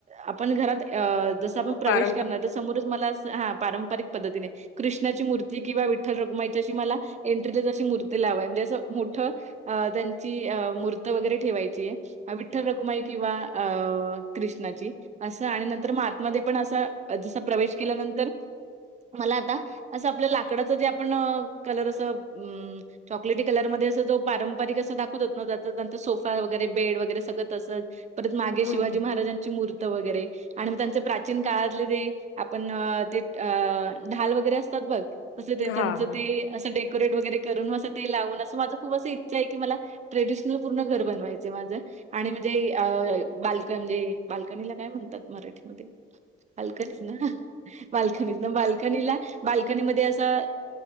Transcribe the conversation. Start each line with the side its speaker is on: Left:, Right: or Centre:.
Right: आपण घरात अ जसं आपण प्रवेश
Left: पार
Right: करणार, तर समोरच मला हा पारंपरिक पद्धतीने कृष्णाची मूर्ती किंवा विठ्ठल रखुमाईची अशी मला एन्ट्रीलाच अशी मूर्ती लावाय म्हणजे असं मोठं अ त्यांची अ मूर्त वगैरे ठेवायची आहे. विठ्ठल रुक कुमाई किंवा अ कृष्णाची. असं आणि नंतर मग आतमध्ये पण असा जसा प्रवेश केल्यानंतर मला आता असं आपल्या लाकडाचं जे आपण कलर असं अं चॉकलेटी कलरमध्ये असं जो पारंपरिक असं दाखवत ना त्यांंचा सोफा वगैरे बेड वगैरे सगळं तसंच, परत मागे
Left: हम्म
Right: शिवाजी
Left: हम्म.
Right: महाराजांची मूर्त वगैरे. आणि मग त्यांचे प्राचीन काळातले जे आपण अ ते अ ढाल वगैरे असतात बघ तसं ते त्यांच
Left: हा हा
Right: ते असं डेकोरेट वगैरे करून, असं ते लावून असं माझ खूप असं इच्छा आहे की मला ट्रेडिशनल पूर्ण घर बनवायच आहे माझं. आणि म्हणजे अ बाल्कन ते म्हणजे बाल्कनीला काय म्हणतात मराठीमध्ये? बाल्कनीच ना बाल्कनी बाल्कनीला बाल्कनीमध्ये असं